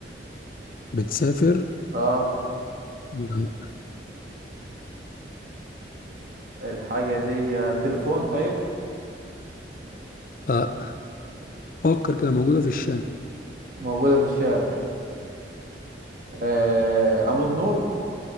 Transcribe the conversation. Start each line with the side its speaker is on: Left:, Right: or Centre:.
Left: بتسافر
Right: اه
Left: لا
Right: الحاجة دي آه، تليفون طيب
Left: آه، فكر كده موجودة في الشارع
Right: موجودة في الشارع آه، عمود نور